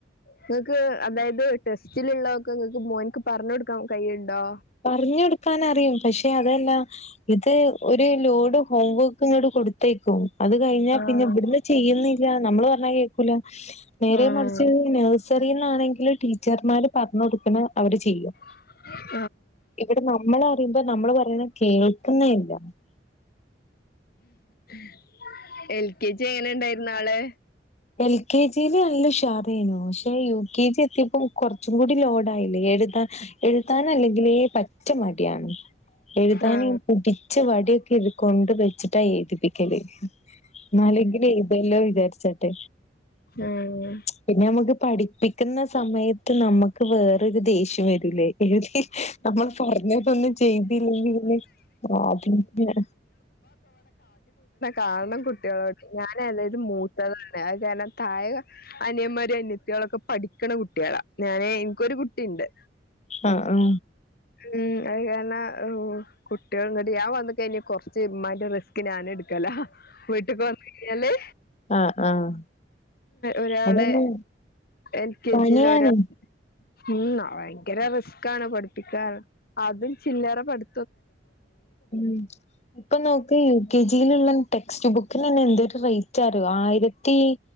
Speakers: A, on the left (about 60°); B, on the left (about 40°).
A: ഇങ്ങക്ക് അതായത് ടെസ്റ്റിലുള്ളതൊക്കെ ഇങ്ങക്ക് മോൻക്ക് പറഞ്ഞോടുക്കാൻ കയ്ണ്ടോ
B: പറഞ്ഞ കൊടുക്കൻ അറിയും പക്ഷെ അതല്ല ഇത് ഒരു ലോഡ് ഹോം വർക്ക് ഇങ്ങട് കൊടുത്തയക്കും അത് കഴിഞ്ഞാൽ
A: ആഹ്
B: പിന്നെ ഇവിടുന്ന് ചെയ്യുന്നെ ല്ല നമ്മള് പറഞ്ഞാൽ കേക്കുല നേരെ
A: ആഹ്
B: മറിച്ച് നേഴ്‌സ് സ്റിയിന്നണെങ്കി ടീച്ചർമാര് പറഞ്ഞ് കൊടുക്കണ അവര് ചെയ്യും
A: <inaudible>
B: ഇവിടെ നമ്മളഅറിയുമ്പോ നമ്മള് പറയണകേൾക്കുന്നെ ഇല്ല
A: <inaudible> എൽ കെ ജി എങ്ങനീണ്ടായിരുന്നു ആള്
B: എൽ കെ ജിയില് നല്ല ഉഷാറേനു പക്ഷേ യു കെ ജി എത്തിയപ്പം കൊറച്ചും കൂടി ലോഡായില്ലേ എഴുതാൻ എഴുതാൻ അല്ലെങ്കിലേ പറ്റമടിയാണ് എഴുതാന്
A: ആഹ്
B: പുടിച്ച വടിയൊക്കെ ഇത് കൊണ്ട് വെച്ചിട്ടാ എഴുതി പിക്കല് എന്നാലെങ്കിലും എയ്‌തോലോ വിചാരിച്ച ട്ട്
A: ആഹ്
B: പിന്നമുക്ക് പഠിപ്പിക്കുന്ന സമയത്ത് നമക്ക് ക്ക്‌ വെർ ഒരു ദേഷ്യം വരൂലേ ഹ് ഹ് നമ്മൾ പറഞ്ഞതൊന്നും ചെയ്തില്ലെങ്കില് പിന്നേ
A: കാരണം കുട്ടികളോട് ഞാൻ എളേത് മൂത്തതാണ് അത്കാരണം താഴെക അനിയന്മാരും അനിയത്യേളൊക്കെ പഠിക്കണ കുട്ടികളാ ഞാനെ എനിക്കൊരു കുട്ട ട്ടിണ്ട്
B: ആഹ ആഹ
A: ഉം അത് കാരണം ഓ കുട്ടികൾ ഇങ്ങട് ഞാൻ വന്ന്കഴിഞ് കൊറച്ച് ഇമ്മാന്റെ റിസ്ക് ഞാനെടുക്കലാ വീട്ട്ക്ക്‌ വന്നയ്ഞ്ഞാല്
B: ആഹ് ആഹ്
A: ഒരാള്
B: അതന്നെ
A: എൽ കെ
B: പണിയാണ്
A: ജി യില് ഒരാ ഉം ഭയങ്കര റിസ് ക്കാണ് പഠിപ്പിക്കാറ് അതും ചില്ലറ പട്
B: ഉ ഇപ്പ നോക്ക്‌ യു കെ ജി യിലുള്ളൻ ട്ടെക്സ്റ്റ് ബുക്കിനന്നേ എന്തൊരു റൈറ്റാ അറിയോ ആയിര ത്തി